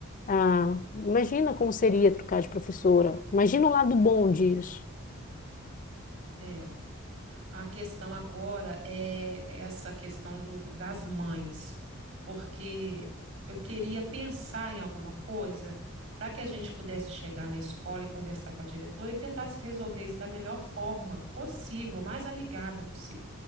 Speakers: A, on the left; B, on the right.
A: ah, imagina como seria trocar de professora, imagina o lado bom disso.
B: é. A questão agora é essa questão do, das mães, porque eu queria pensar em alguma coisa para que a gente pudesse chegar na escola e conversar com a diretora e tentar resolver isso da melhor forma possível, mais amigável possível.